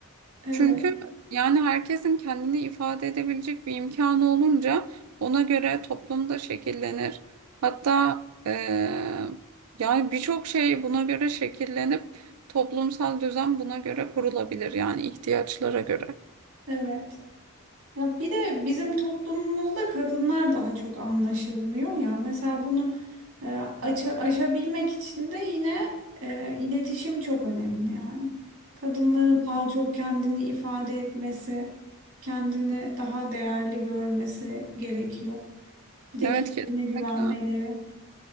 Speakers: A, on the right; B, on the right.
A: evet,
B: Çünkü yani herkesin kendini ifade edebilecek bir imkanı olunca ona göre toplumda şekillenir. Hatta e, yani birçok şey buna göre şekillenip toplumsal düzen buna göre kurulabilir yani ihtiyaçlara göre.
A: evet. Ya bir de bizim toplumumuzda kadınlar daha çok anlaşılmıyor ya. Mesela bunu e, aça- aşabilmek için de yine e, iletişim çok önemli yani. Kadınların daha çok kendini ifade etmesi, kendini daha değerli görmesi gerekiyor. Bir de
B: Evet
A: kendine
B: kesinlikle.
A: güvenmeleri.